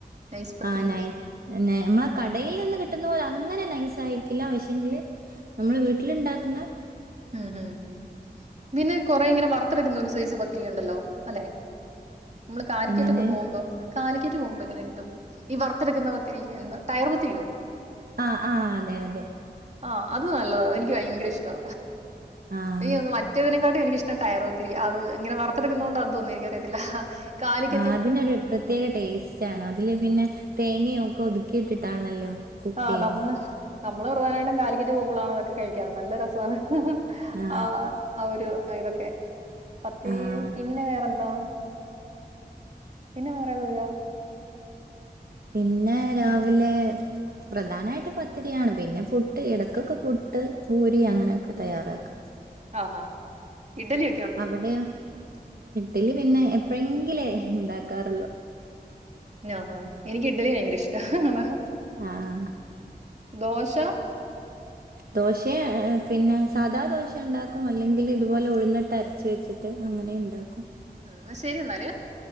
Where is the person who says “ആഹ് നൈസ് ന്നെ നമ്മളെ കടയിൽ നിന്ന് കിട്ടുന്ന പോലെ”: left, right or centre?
Right